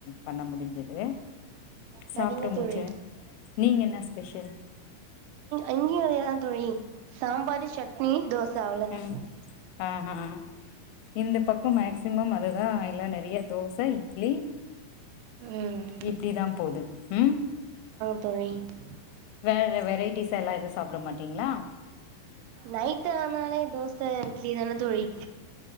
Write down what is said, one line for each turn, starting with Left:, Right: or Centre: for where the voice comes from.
Left: பண்ண முடிஞ்சது
Right: செரிங்க
Left: சாப்ட்டு
Right: தோழி
Left: முடிச்சே நீங்க என்ன ஸ்பெஷல்
Right: அங்கயும் அத தோலி சாம்பார் சட்னி தோச அவ்ளதான்
Left: ம் ஆஹா இந்த பக்கம் மேக்சிமம் அதுதான் இ ல்ல நறைய தோச இட்லி
Right: ம்
Left: இப்டிதா போது உம்
Right: <inaudible>
Left: வேற வெரை பீச இல்ல எதுவு சாப்பட மாட்டீங்ளா
Right: நைட் ஆனாலே <unintelligible> இட்லி தானே தோழி